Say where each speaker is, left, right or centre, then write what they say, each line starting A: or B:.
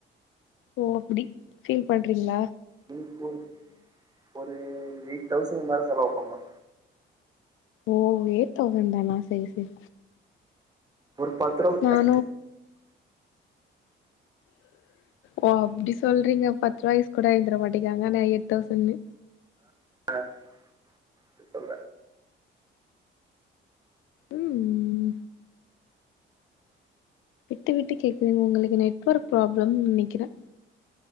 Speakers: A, on the left; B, on the right.
A: ஓ அப்டி ஃபீல் பண்றீங்ளா
B: இன்னிக்கு ஒரு ஒரு எய்ட் தௌசண்க்கு மேல செலவு பண்ணா
A: ஓ எய்ட் தௌசண்தானா சரி சரி
B: ஒரு பத்ருவா <unintelligible>
A: ம் ஓ அப்டி சொல்றீங்க பத்ருவா ஐஸ் கூட வாய்ந்தரமாட்டிககாங்க ஆனா எய்ட் தௌசண்னு
B: ஆ அப்டி சொல்ற
A: ம். விட்டு விட்டு கேடக்குது உங்களுக்கு நெட்வொர்க் ப்ராப்ளம் நெனைக்கிறே